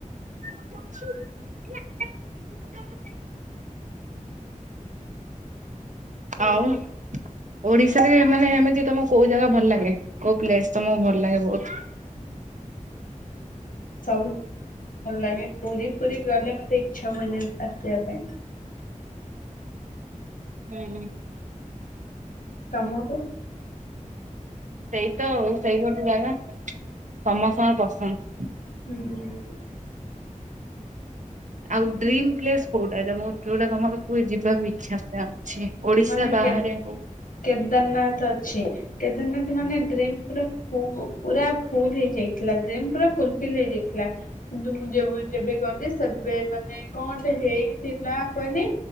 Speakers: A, on the right; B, on the left.
A: <unintelligible> ଆଉ? ଓଡିଶାରେ ମାନେ ଏମିତି ତମ କୋଉ ଜାଗା ଭଲ ଲାଗେ? କୋଉ ପ୍ଲେସ ତମକୁ ଭଲ ଲାଗେ ବହୁତ?
B: ସବୁ। ଭଲ ଲାଗେ। ପୁରୀ ପୁରୀ ଗଲେ ମତେ ଇଚ୍ଛା ହୁଏନି ଆସିବା ପାଇଁ।
A: ହୁଁ ହୁଁ।
B: ତମକୁ?
A: ସେଇ ତ ସେଇ ଗୋଟେ ଜାଗା ସମସ୍ତଙ୍କ ପସନ୍ଦ।
B: ହୁଁ ହୁଁ।
A: ଆଉ ଡ୍ରିମ ପ୍ଲେସ କୋଉଟା ଜମୁ ଯଉଟା ତମର କୁ ଯିବାକୁ ଇଚ୍ଛା ପୁରା? ଛି ଓଡିଶା
B: ମାନେ
A: ବାହାରେ
B: କେବେ
A: ହଉ।
B: କେଦାରନାଥ ଅଛି କେଦାରନାଥ ମାନେ ଡ୍ରିମ ପୁରା ଫୁ ପୁରା ଫୁଲ ହେଇଯାଇଥିଲା ଡ୍ରିମ ପୁରା ଫୁଲଫିଲ ହେଇଯାଇଥିଲା କିନ୍ତୁ ମୁଁ ଯେବେ ଯେବେ ଗଲି ସେବେ ମାନେ କଣଟେ ହେଇଥିଲା କହିଲି